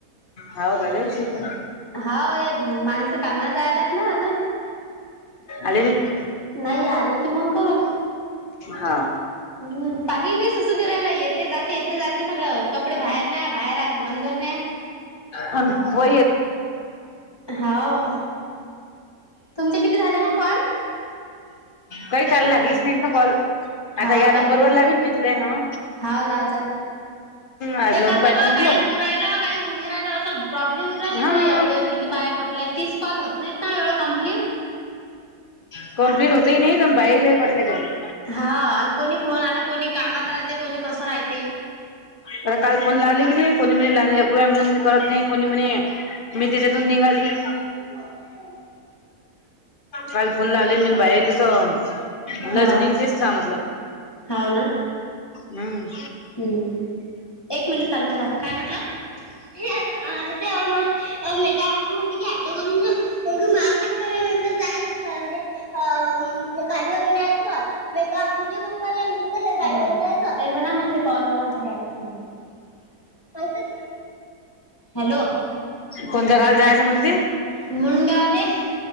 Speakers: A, on the left (about 45°); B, on the left (about 15°).
A: हाव काय लय उशीर केला.
B: हा.. वे.. माणसं कामाला जायलेत ना अजून
A: आले नाहीत काय?
B: नई आले की मग करू.
A: हा
B: हम्म.. पाणी नाही सु.. सु.. करायला येते -जाते.. येते -जाते सगळं कपडे बाहेर न्या बाहेर आण अंदर न्या
A: हन.. बोल
B: हाव तुमचे किती झालं मग कॉल?
A: काही काॅल लागलीच नाहीतना कॉल,
B: हाव
A: आता ह्या नंबरवर
B: काय
A: लावीन मी जुन्या.
B: हाव लाव जाना.
A: आज
B: ते ते
A: लावून
B: कसं
A: पाहतो
B: ब
A: म्हटलं
B: काही होऊ राहिलं, काही होऊ नही राहिल असं प्रॉब्लेम येऊ राहिले
A: हा
B: ते एवढं. किती बाया कटल्या, तीस कॉल होत नाहीत ना एवढ कम्प्लीट
A: हा <inaudible> कंप्लीट होत ही नाही, पण बाहेलय कटले त्यातले
B: हा आणि कोणी फोन आता कोणी कामात राहते कोणी कसं राहते.
A: मला काल फोन लावले की नाही कोणी म्हणे लहान लेकरू म्हणून मी करत नाही कोणी म्हणे मी तिच्या तुन निघाली.
B: हं <inaudible>
A: काल फोन लावले मी बायाला तर
B: हा
A: लय जणींनी तेच सांगितलं.
B: हाव ना
A: हम्म
B: हम्म एक मिनिट चालू ठेवा. काय म्हटला? ते मग मेघा आतु म्हणते को ऐटो <inaudible> माय पप्पा न म्हणता जायच म्हणजे गाडीवर न्यायचं. <inaudible> वेगळं आख जिबापण ह्यांनाना मग ते <inaudible> त्यांनाना घरी आले किं सांगते. सांगतात की हॅलो!
A: कोणत्या गावाला जायचं म्हणती?
B: म्हणून गावले.